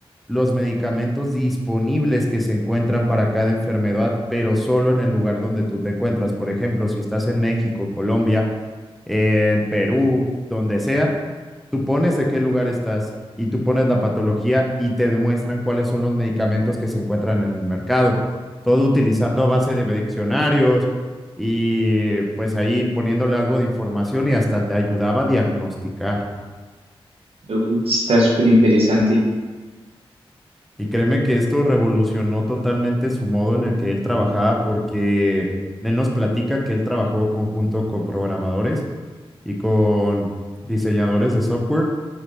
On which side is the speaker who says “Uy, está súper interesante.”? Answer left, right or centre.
Right